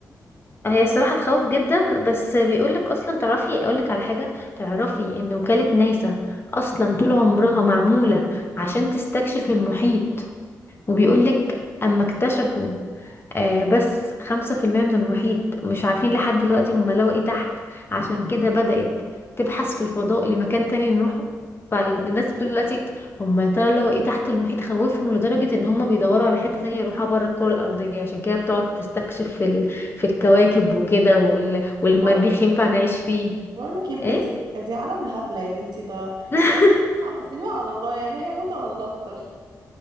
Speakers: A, on the left; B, on the right.
A: هي الصراحه تخوف جدا بس بيقولك اصلا تعرفي اقولك على حاجه تعرفي ان وكاله ناسا اصلا طول عمرها معموله عشان تستكشف المحيط وبيقولك اما اكتشفوا آه، بس خمسة في المية من المحيط مش عارفين لحد دلوقتي هما لقوا ايه تحت عشان كده بدأت تبحث في الفضاء لمكان تاني نروحه فالناس بتقول دلوقتي هما يا ترى لقوا ايه تحت المحيط خوفهم لدرجة ان هما بيدوروا على حتة تانية يروحوها بره الكرة الأرضية عشان كده بتقعد تستكشف في, ال... في الكواكب وكده وال... والمريخ
B: بقول
A: ينفع نعيش فيه
B: بقول لك ايه بجد
A: ايه؟
B: دي عالم هبله يا بنتي ده
A: <laughs>
B: يعني هسيبيها على الله يعني هي موتة ولا اكتر